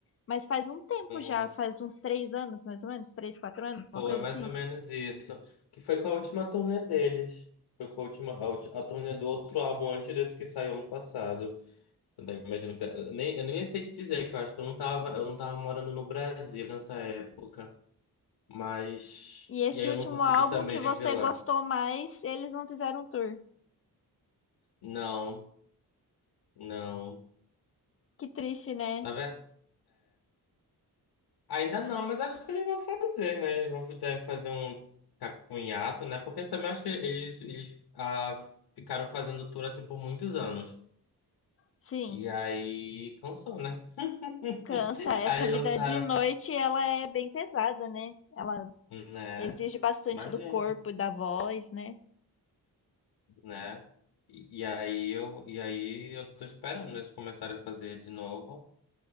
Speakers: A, on the left; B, on the left.
A: Mas faz um tempo
B: Hum,
A: já, faz uns três anos, mais ou menos, três, quatro anos,
B: pô,
A: uma coisa
B: é mais
A: assim.
B: ou menos isso. Que foi com a última turnê deles. Foi com a última, a, ulti- a turnê do outro álbum antes desse que saiu ano passado. Eu nem imagino que, eu nem, eu nem sei te dizer, que eu acho que eu não tava, eu não tava morando no Brasil nessa época. Mas.
A: E esse
B: E aí eu
A: último
B: não consegui
A: álbum
B: também
A: que você
B: ver lá.
A: gostou mais, eles não fizeram tour.
B: Não, não.
A: Que triste, né?
B: Na verdade. Ainda não, mas acho que eles vão fazer, né? Eles vão deve fazer um cacunhato, né? Porque também acho que eles, eles ah, ficaram fazendo tour assim por muitos anos.
A: Sim,
B: E aí cansou, né? <laughs>
A: cansa. Essa
B: Aí
A: vida
B: lançaram,
A: de noite, ela é bem pesada, né? Ela
B: né?
A: Exige bastante
B: Imagina,
A: do corpo e da voz, né?
B: né? E, e aí eu e aí eu tô esperando eles começarem a fazer de novo,